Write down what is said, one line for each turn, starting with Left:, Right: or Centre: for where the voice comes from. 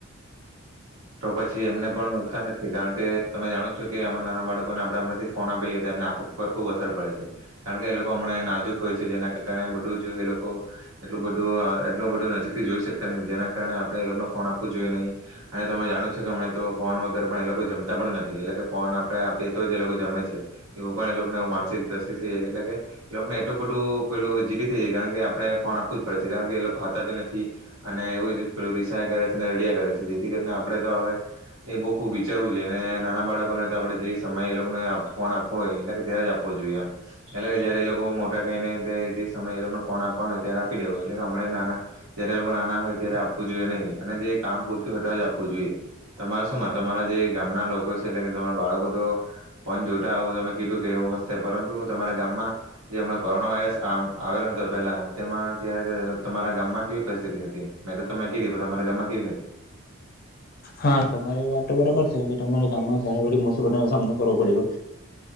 Right: તો પછી એમને પણ નુકસાન જ છે કારણ કે તમે જાણો છો કે હમણાં નાના બાળકોને આપણે હમણાંથી જ ફોન આપીએ તો એમના આંખો પર ખુબ અસર પડે છે કારણ કે એ લોકો હમણે નાજુક હોય છે જેના કારણે બધું જ જે એ લોકો એટલું બધું અહ એટલું બધું નજીક થી જોઈ શકતા નથી જેના કારણે આપણે એ લોકને ફોન આપવું જોઈએ નહીં અને તમે જાણો છો કે હમણાં તો ફોન વગર પણ એ લોકો જમતા પણ નથી એટલે કે ફોન આપણે આપીએ તો જ એ લોકો જમે છે, એવું પણ એ લોકને આવું માનસિક દ્રષ્ટિ થઈ જાય છે એટલે કે એ લોકને એટલું બધું પેલું જીદ કારણ કે આપણે ફોન આપવું જ પડે છે કારણ કે એ લોક ખાતા બી નથી અને એવું જ પેલું રિસાય કરે છે ને રડ્યા કરે છે જેથી કરીને આપણે તો હવે એ બહુ ખુબ વિચારવું જોઈએ અને નાના બાળકોને તો આપણે જે સમય એ લોકોને આપ ફોન આપવો હોય એટલે ત્યારે જ આપવો જોઈએ એમ એટલે કે જયારે એ લોકો મોટા થઈને તે સમય એ લોકોને ફોન આપવાનો હોય ત્યારે આપી દેવો જોઈ એટલે હમણે નાના જયારે એ લોકો નાના હોય ત્યારે આપવું જોઈએ નહીં અને જે કામ પૂરતું ત્યારે જ આપવું જોઈએ તમારે શું માન તમારા જે ગામના લોકો છે એટલે કે તમારા બાળકો તો ફોન જોતા હોય તમે કીધું કે એવું હશે પરંતુ તમારા ગામમાં જે હમણાં કોરોના વાયરસ આ આવેલો હતો પેલા તેમાં ત્યારે તમારા ગામમાં કેવી પરિસ્થિતિ હતી મેં તો તમે કીધી પણ તમારા ગામમાં કેવી હતી?
Left: હા તમારી વાત તો બરાબર સે કે તમારા ગામમાં ઘણી બધી મુસીબત નો સામનો કરવો પડ્યો